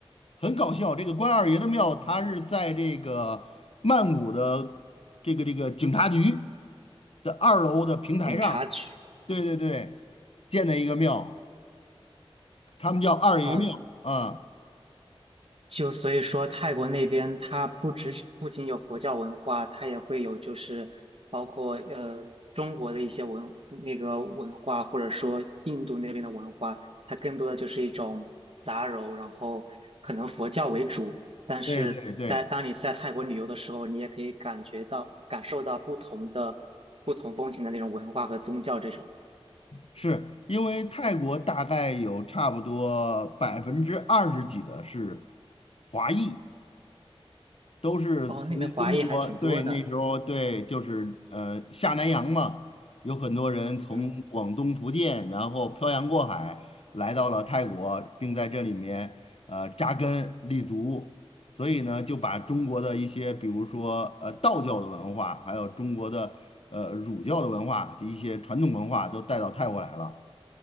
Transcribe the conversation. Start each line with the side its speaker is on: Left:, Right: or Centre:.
Left: 很搞笑。这个关二爷的庙，它是在这个曼谷的这个这个警察局
Right: 嗯
Left: 的二楼的平台上，
Right: 警察局。
Left: 对对对，建的一个庙，他们叫二爷庙啊。
Right: 哦，就所以说，泰国那边它不只是不仅有佛教文化，它也会有就是包括呃中国的一些文那个文化，或者说印度那边的文化，它更多的就是一种杂糅，然后可能佛教为主，但是在当你在泰国旅游的时候，
Left: 对对对，
Right: 你也可以感觉到感受到不同的不同风情的那种文化和宗教这种。
Left: 是因为泰国大概有差不多百分之二十几的是华裔，都是从中国，
Right: 哦，那边华裔还挺多的，
Left: 对，那时候对，就是呃下南洋嘛，有很多人从广东、
Right: 嗯。
Left: 福建，然后漂洋过海来到了泰国，并在这里面呃扎根立足，所以呢，就把中国的一些，比如说呃道教的文化，还有中国的呃儒教的文化，一些传统文化都带到泰国来了。